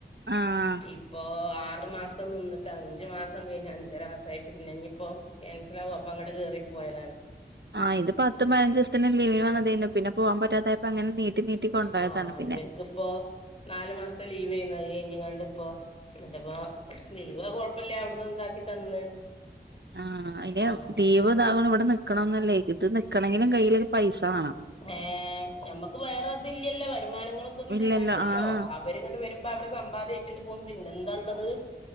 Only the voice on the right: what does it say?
ആഹ്
ആഹ് ഇത് പത്തും പതിനഞ്ച് ലീവിന് വന്നതെന്നു പിന്നെ പോവാൻ പറ്റാതപ്പോ അനെ നീട്ടി നീട്ടി കൊണ്ടോയതാണ്
പിന്നെ
ആഹ് അയിന്
ലീവ് ഇതാക്കും ഇവിടെ നിക്കണന്നില്ലേ ഇത് നിക്കണങ്കിലും കയ്യില് പൈസ വേണം
ഇല്ലല്ല
ആഹ്